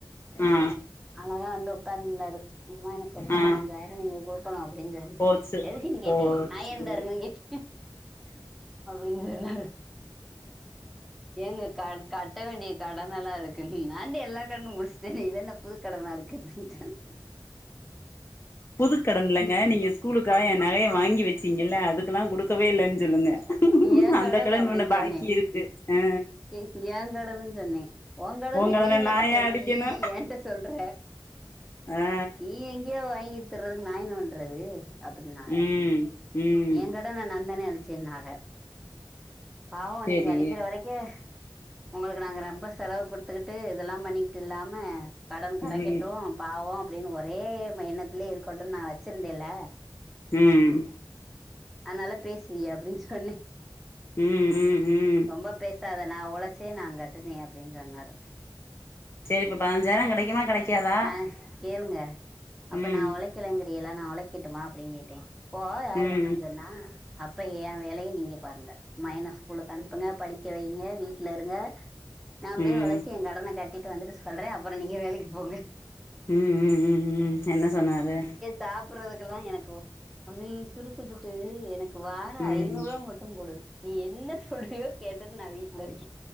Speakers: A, on the left; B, in the centre.
A: ஆ
B: அழகா வந்து உக்காந்துந்தாரு ம்மா எனக்கு ஒரு பதினஞ்சாயிரோ
A: ஆ
B: நீங்க குடு போனு அப்டின்னு சொல்லி
A: போச்சு
B: எதுக்கினு கேட்டே
A: போச்சு
B: நாயே தரனு கேட்டே அப்டின்னு சொன்னாரு ஏங்க கட் கட்ட வேண்டிய கடனெல்லா இருக்கு நாதே எல்லா கடனு முடிச்சட்டனே இத என்ன புது கடனா இருக்கு அப்டின்னுச்சு
A: புதுக்கடன்
B: சொன்னேன்
A: இல்லைங்க நீங்க ஸ்கூலுக்காக ஏ நகையை வாங்கி வச்சீங்கல்ல அதுக்கெல்லா குடுக்கவே இல்லன்னு சொல்லுங்க
B: ஏன்
A: அந்த கடன்
B: அப்படின்னு
A: உன்ன பாக்கி
B: சொன்னேன்
A: இருக்கு அ
B: ஏ ஏன் கடடுனு சொன்னே உன் கடன
A: உங்களன
B: நீல்ல
A: நாயா
B: கட்டணு
A: அடிக்கணு
B: நீ ஏன் என்கிட்ட சொல்ற
A: ஆ
B: நீ எங்கியே வாங்கிட்டு திர்றதுக்கு நா என்ன பண்றது அப்டின்னாங்க
A: ம் ம்
B: ஏ கடன நா தானே அடச்சேன்னாக பாவு
A: செரி
B: நீங்க அழிக்கிற வரைக்க உங்களுக்கு நாங்க ரொம்ப செலவு குடுத்துக்கிட்டு இதெல்லா பண்ணிக்கிட்டு இல்லாம கடன் கரைக்கட்டு
A: ம்
B: பாவோ அப்டின்னு ஒரே எண்ணத்துலயே இருக்கட்டுனு நா வச்சிருந்தேன்ல்ல
A: ம்
B: அதனால பேசுவியே அப்டின்னு சொன்னே
A: ம் ம் ம்
B: ரொம்ப பேசாத நா ஒழச்சே நா கட்டுனே அப்டின்னு சொன்னாரு
A: சேரி இப்ப பாஞ்சாயிரோ கெடைக்குமா கெடைக்காதா
B: நா கேளுங்க அப்ப
A: ம்
B: நா ஒழைக்கிலங்கிறல்லா நா ஒழைக்கட்டுமா அப்டின்னு கேட்டே போ யார்
A: ம்
B: வேணா னா அப்ப ஏ வேலைய நீங்க பாருங்க மையன ஸ்கூல்ல அனுப்புங்க படிக்க வைங்க வீட்ல இருங்க நா
A: ம்
B: போய் ஒழைச்சி
A: ம்
B: ஏ கடன கட்டிட்டு வந்துட்டு சொல்றே அப்றோ நீங்க வேலைக்கு போங்க
A: ம் ம் ம் ம் என்ன சொன்னாரு
B: சாப்பிறதுக்கெல்லா எனக்கு ஒர சிறுச்சுக்கிட்டு எனக்கு வாரோ
A: ம்
B: ஐநூறு ரூவா மட் டு குடு நீ என்ன சொல்றியோ கேட்டுட்டு நா வீட்ல இருக்கே